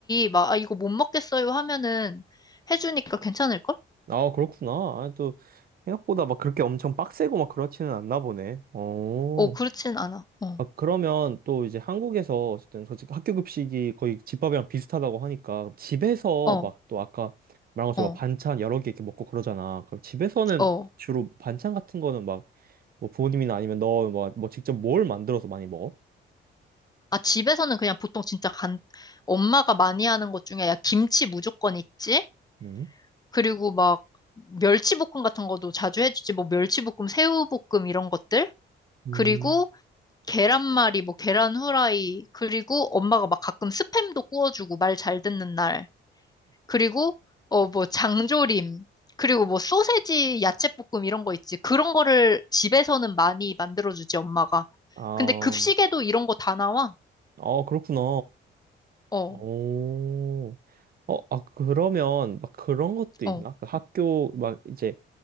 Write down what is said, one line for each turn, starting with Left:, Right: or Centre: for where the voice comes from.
Left: 막, 아, 이거 못 먹겠어요 하면은 해주니까 괜찮을걸?
Right: 아, 그렇구나. 아, 또 생각보다 막 그렇게 엄청 빡세고 막 그렇지는 않나 보네. 어.
Left: 어, 그렇진 않아. 어,
Right: 아, 그러면 또 이제 한국에서 어쨌든 솔직히 학교 급식이 거의 집밥이랑 비슷하다고 하니까 집에서
Left: 어,
Right: 막 또 아까 말한 것처럼
Left: 어,
Right: 막 반찬 여러 개 이렇게 먹고 그러잖아. 그럼 집에서는
Left: 어.
Right: 주로 반찬 같은 거는 막 뭐 부모님이나 아니면 너 뭐 뭐 직접 뭘 만들어서 많이 먹어?
Left: 아, 집에서는 그냥 보통 진짜 간, 엄마가 많이 하는 것 중에 야, 김치 무조건 있지?
Right: 음.
Left: 그리고 막, 멸치볶음 같은 것도 자주 해주지. 뭐, 멸치볶음, 새우볶음 이런 것들?
Right: 음,
Left: 그리고 계란말이, 뭐 계란 후라이, 그리고 엄마가 막 가끔 스팸도 구워주고 말 잘 듣는 날. 그리고 어 뭐 장조림, 그리고 뭐 소세지, 야채볶음 이런 거 있지. 그런 거를 집에서는 많이 만들어주지 엄마가.
Right: 아,
Left: 근데 급식에도 이런 거 다 나와.
Right: 아 그렇구나.
Left: 어,
Right: 오. 어, 아, 그러면 막 그런 것도
Left: 어,
Right: 있나? 그 학교 막 이제